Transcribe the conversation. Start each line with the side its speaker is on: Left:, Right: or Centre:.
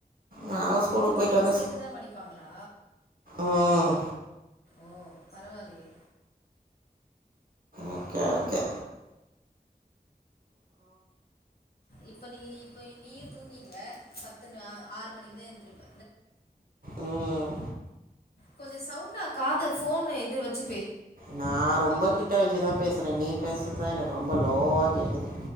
Right: நாங்கள் ஸ்கூலுக்கு
Left: ஓ துணியு
Right: போயிட்டு வந்து
Left: சேத்துதா மடிப்பாங்களா
Right: ம்
Left: ஓ பரவால்யே
Right: ஓகே ஓகே அப்றோ
Left: இப்ப நீ இப்பய் நீயு தூங்கிருவ பத்து னு ஆறு மணிக்கு தா எந்திருப்ப
Right: ம்
Left: கொஞ்சோ சவுண்டா காது ஃபோன்னு இது வச்சு
Right: நா ரொம்ப கிட்ட வெச்சுதா பேசுறே நீ பேசுறதுதா எனக்கு ரொம்ப லோவா கேக்குது